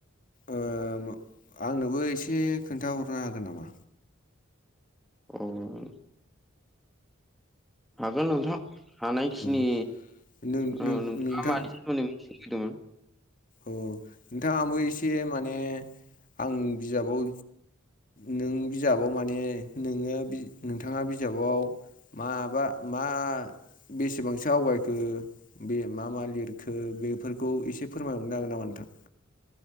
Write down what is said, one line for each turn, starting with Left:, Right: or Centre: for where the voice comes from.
Left: ओ आंनोबो एसे खोन्थाहरनो हागोन नामा?
Centre: अ उम हागोन नोंथां हानायखिनि
Left: औ नों
Centre: औ
Left: नों
Centre: नोंथाङा
Left: नोंथां
Centre: मानि सोमोन्दै मिथिनो लुगैदोंमोन?
Left: औ नोंथाङाबो एसे माने आं बिजाबाव नों बिजाबाव माने नोङो नोंथाङा बिजाबाव माबा मा बेसेबांसो आवगायखो बे मा मा लिरखो बेफोरखौ एसे फोरमाय हरनो हागोन नामा नोथां?